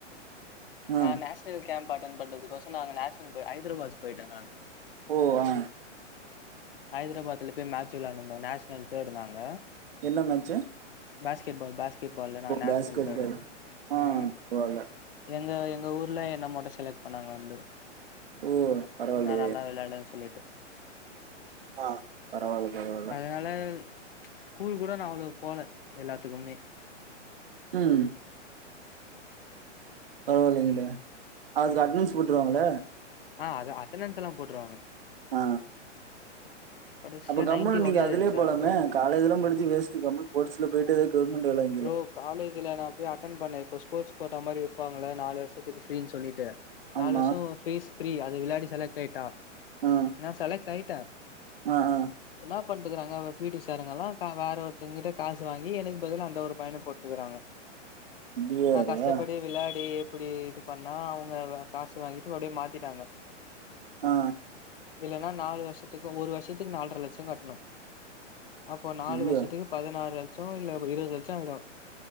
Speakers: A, on the right; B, on the left.
A: ஆ
B: நா நேஷனல் னல் கேம் அட்டன் பண்றதுக் கோஷ்ரூ நாங்க நேஷனல் ஹதராபத் போயிட்டே நா
A: ஓ ஆ
B: ஹைதராபாத்ல பெய் மேட்ச் விளையாட்ன்ந்தோ நேஷனல் தேர்டு நாங்க
A: என்ன மேச்சு
B: பேஸ்கெட்பால் பேஸ்கெட்பால்ல நா நேஷ்னல்
A: பேஸ்கெட்
B: தேர்ட்டு
A: பால் ஆ
B: ம்
A: பரவால்ல
B: எங்க எங்க ஊர்ல என்ன மட்டு செலெக்ட் பண்ணாங்க வந்து
A: ஓ பரவாயில்லையே
B: நா நல்லா வெளையான்டன் சொல்லிட்டு
A: ஆ பரவால்ல பரவால்ல
B: அதனால ஸ்கூல் கூட நா அவ்ளோவு போல எல்லாத்துக்குமே
A: ம் பரவால்லைங்ளே அதுக்கு
B: ம்
A: அட்னன்ஸ் போட்டுருவாங்கள
B: ஆ அது அட்டனன்ஸ் எல்லா போட்ருவாங்க
A: ஆ
B: கடைசியா
A: அப்ப கம்முனு
B: நைன்டி
A: நீங்க
B: ஒன்னு
A: அதுலயே
B: இருந்துச்சு
A: போலமே
B: அட்டனன்ஸ்
A: காலேஜ்லா படிச்சு வேஸ்ட்டு கம்முனு ஸ்போர்ட்ஸ்ல போயிட்டு எதாவது கவர்மெண்ட் வேல
B: ப்ரோ காலேஜில நா போயி அட்டன் பண்ண இப்போ ஸ்போர்ட்ஸ் போட்ட மாரி வெப்பிங்கள நாலு வருஷத்துக்கு ஃப்ரீன்னு சொல்லிட்டு நாலு
A: ஆமா
B: வருஷோ ஃபீஸ் ஃப்ரீ அது விளையாடி செலக்ட் ஆயிட்டா
A: ஆ
B: நா செலக்ட் ஆயிட்டே
A: ஆ ஆ
B: என்ன பண்ணிட்டுருக்கறாங்க பீட்டி சாருங்கல்லா க வேற ஒருத்தங்க கிட்ட காசு வாங்கி எனக்கு பதில அந் த ஒரு பையன போட்டுக்கிறாங்க
A: இது வேறயா
B: நா கஷ்டப்படி வெளையாடி எப்படி இது பண்ணா பாத்தீங்கனா அவங்க காசு வாங்கிட்டு அப்டியே மாத்திட்டாங்க
A: ஆ
B: இல்லேன்னா நாலு வருஷத்துக்கு ஒரு வருஷத்துக்கு நால்ர லட்சோ கட்ணு அப்போ நாலு
A: ஐயோ
B: வருஷத்துக்கு பதினாறு லட்சோ இல்ல இருபது லட்சோ ஆயிடு